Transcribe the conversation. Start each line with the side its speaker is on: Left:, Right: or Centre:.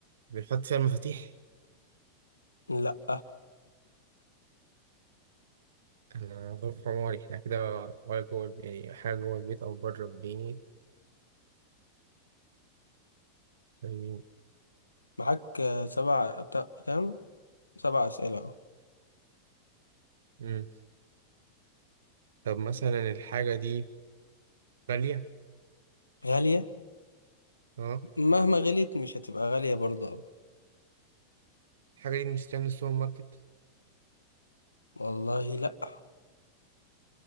Right: بنحط فيها المفاتيح
Left: لا
Right: أنا غرفة عماري إحنا كده ولا جوه الب- يعني حاجة جوه البيت أو بره البيت طيب
Left: معاك آه، سبع تا- كام سبع أسئلة أهو
Right: مم. طب مثلا الحاجة دي غالية
Left: غالية
Right: أه
Left: مهما غليت مش هتبقى غالية برضه أوي
Right: الحاجة دي بنشتريها من السوبر ماركت
Left: والله لا